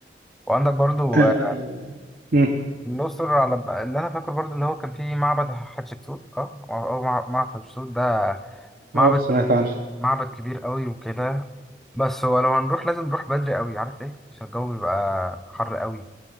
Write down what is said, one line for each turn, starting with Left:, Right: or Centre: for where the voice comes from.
Centre: وعندك برضو
Right: آه،
Centre: آه،
Right: مم.
Centre: الأقصر على اللي أنا فاكره برضه اللي هو كان فيه معبد حتشبسوت أه أو مع- معبد حتشبسوت ده معبد
Right: اه سمعت
Centre: كبير
Right: عنها
Centre: معبد كبير قوي وكده بس هو لو هنروح لازم نروح بدري قوي عارف ليه؟ عشان الجو بيبقى حر قوي